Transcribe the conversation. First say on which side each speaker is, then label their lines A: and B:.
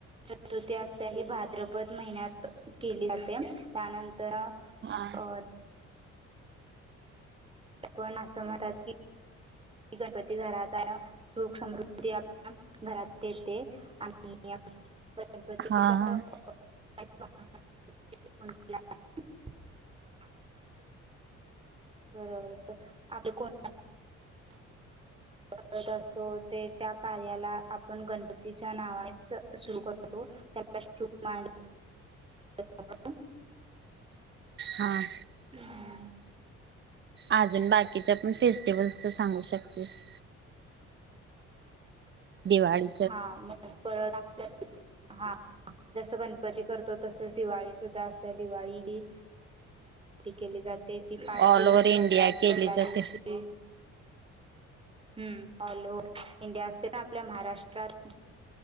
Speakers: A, on the right; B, on the right.
A: चतुर्थी असता ही भाद्रपद महिन्यात केली जाते त्यानंतर.
B: हा
A: अ पण असं म्हणतात की. गणपती घरात आणि सुख समृद्धी आपल्या घरात येते आणि. गणपतीचा.
B: हा
A: <unintelligible> बरोबर आपता कोण. करत असतो ते त्या कार्याला आपण गणपतीच्या नावानेच सुरू करतो. त्याू मांड. <unintelligible>
B: हां.
A: हम्.
B: अजून बाकीच्या पण फेस्टिवल्स तर सांगू शकतेस. दिवाळी.
A: हा मग परत आपल्या हा. जसं गणपती करतो तसच दिवाळी सुद्धा असत दिवाळी ही. केली जाते ती पाच
B: ऑल
A: दिवस
B: ओव्हर इंडिया
A: करतात
B: केली
A: पहिल्या
B: जाते
A: दिवशी. हम् ऑल ओव्ह इंडिया असते ना आपल्या महाराष्ट्रात.